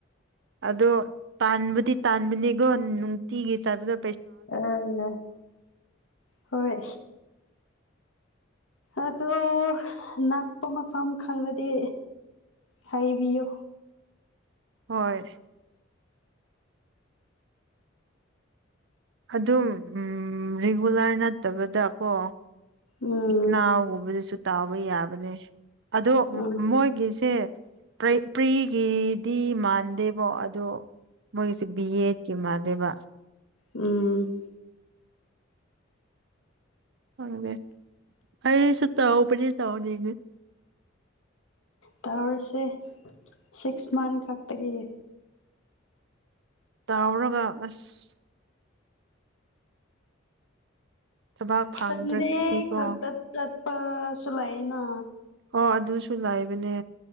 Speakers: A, on the right; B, on the left.
A: ꯑꯗꯣ ꯇꯥꯟꯕꯗꯤ ꯇꯥꯟꯕꯅꯦꯀꯣ ꯅꯨꯡꯇꯤꯒꯤ ꯆꯠꯕꯗꯣ
B: ꯑꯪ ꯍꯣꯏ ꯑꯗꯣ ꯅꯥꯛꯄ ꯃꯐꯝ ꯈꯪꯉꯗꯤ ꯍꯥꯏꯕꯤꯌꯣ
A: ꯍꯣꯏ ꯑꯗꯨꯝ ꯎꯝ ꯔꯤꯒꯨꯂꯔ ꯅꯠꯇꯕꯗꯀꯣ
B: ꯎꯝ
A: ꯅꯥꯎꯒꯨꯝꯕꯗꯁꯨ ꯇꯥꯎꯕ ꯌꯥꯕꯅꯦ ꯑꯗꯣ
B: ꯎꯝ
A: ꯃꯣꯏꯒꯤꯁꯦ ꯄ꯭ꯔꯤꯒꯤꯗꯤ ꯃꯥꯟꯗꯦꯕꯣ ꯑꯗꯣ ꯃꯣꯏꯒꯤꯁꯦ ꯕꯤ ꯑꯦꯠ ꯀꯤ ꯃꯥꯜꯂꯦꯕ
B: ꯎꯝ
A: ꯈꯪꯗꯦ ꯑꯩ ꯁꯨ ꯇꯥꯎꯄꯗꯤ ꯇꯧꯅꯤꯡꯉꯦ
B: ꯇꯧꯔꯁꯦ ꯁꯤꯛꯁ ꯃꯟꯊ ꯈꯛꯇꯒꯤ
A: ꯇꯥꯎꯔꯒ ꯑꯁ ꯊꯕꯥꯛ ꯐꯪꯗ꯭ꯔꯗꯤꯀꯣ
B: ꯁꯟꯗꯦ ꯈꯛ ꯇꯞ ꯇꯠꯄꯁꯨ ꯂꯩꯑꯦꯅ
A: ꯍꯣ ꯑꯗꯨꯁꯨ ꯂꯩꯕꯅꯦ